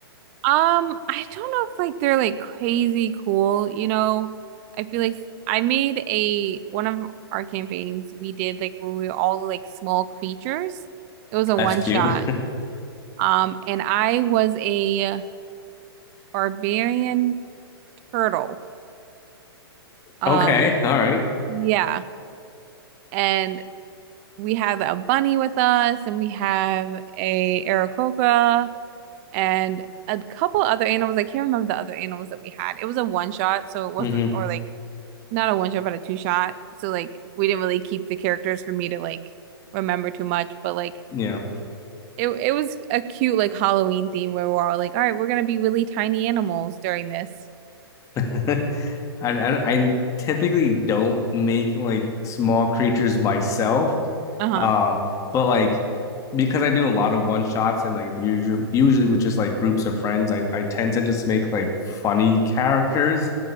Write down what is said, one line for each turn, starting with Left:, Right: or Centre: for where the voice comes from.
Right: Um, I don't know if like they're like crazy cool, you know. I feel like I made a one of our campaigns we did like where we were all like small creatures. It was a
Left: That's
Right: one
Left: cute.
Right: shot. Um, and I was a barbarian turtle.
Left: <laughs>
Right: Um,
Left: okay, all right.
Right: yeah. And we had a bunny with us and we have a Aarakocra and a couple other animals. I can't remember the other animals that we had. It was a one shot, so it wasn't
Left: Mm-hmm.
Right: or like not a one shot, but a two shot. So like we didn't really keep the characters for me to like remember too much, but like
Left: Yeah,
Right: it it was a cute like Halloween theme where we're all like, all right, we're gonna be really tiny animals during this.
Left: <laughs> I, I I typically don't make like small creatures myself,
Right: Uh-huh.
Left: um, but like because I do a lot of one shots and like usually usually with just like groups of friends, I I tend to just make like funny characters,